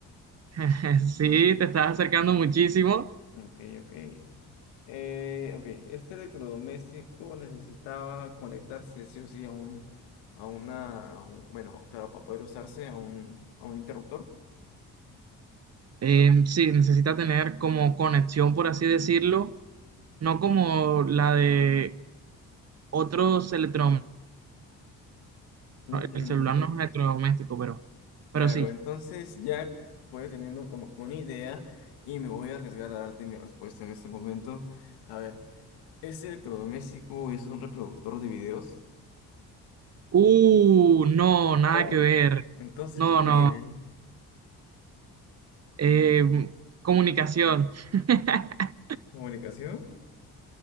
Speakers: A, on the right (about 40°); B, on the left (about 85°).
A: <laughs> Sí, te estás acercando muchísimo.
B: Ok, ok. Eh, ok, este electrodoméstico necesitaba conectarse sí o sí a un, a una, a un- bueno, claro, para poder usarse a un, a un interruptor.
A: Em, sí, necesita tener como conexión, por así decirlo, no como la de otros electrodomésticos,
B: Mm,
A: el celular no es
B: Mm.
A: electrodoméstico, pero,
B: Claro,
A: pero sí.
B: entonces ya voy teniendo como que una idea y me voy a arriesgar a darte mi respuesta en este momento. A ver, ¿ese electrodoméstico es un reproductor de videos?
A: Uh, no, nada
B: No,
A: que ver.
B: Entonces,
A: No,
B: ¿cuál
A: no.
B: era?
A: Eh, comunicación. <laughs>
B: ¿Comunicación?